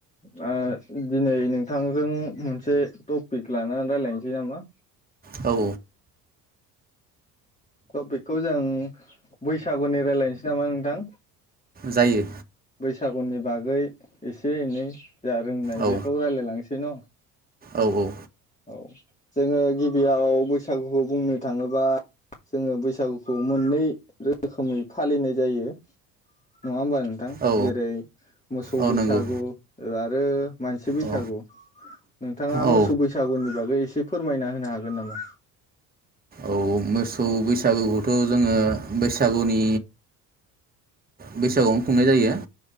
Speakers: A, on the left; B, on the right.
A: ओ‌‌ दिनै नोंथांजों मोनसे टपिक लानानै रायज्लायनोसै नामा?
B: औ
A: टपिकखौ जों बैसागुनि रायजलायनोसै नामा नोंथां?
B: जायो
A: बैसागुनि बागै एसे एनै जा रोंनाय
B: औ
A: बेखौ रायजलायलांनोसगै सैन
B: औ औ
A: औ जोङो गिबियाव बैसागुखौ बुंनो थाङोबा जोङो बैसागुखौ मोननै रोखोमै फालिनाय जायो नङा होमबा नोंथां
B: औ
A: जेरै मोसौ
B: औ
A: बैसागु
B: नंगौ
A: आरो मानसि बैसागु
B: औ
A: नोंथाङा
B: औ
A: मोसौ बैसा सागुननि बागै एसे फोरमायना होनो हागोन नामा?
B: औ मोसौ बैसागुखौथ जोङो बैसागुनि बैसागुआवनो खुंनाय जायो।